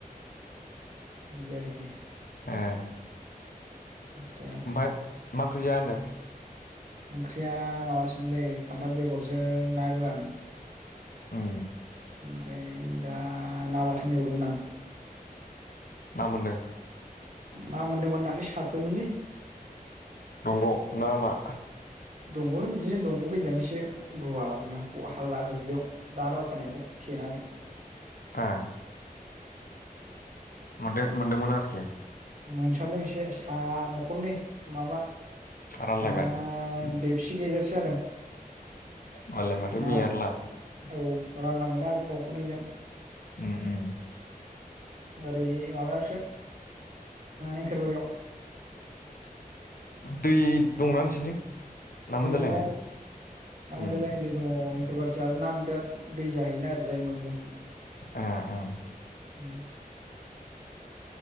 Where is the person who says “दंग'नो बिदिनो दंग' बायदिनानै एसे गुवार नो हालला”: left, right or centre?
Right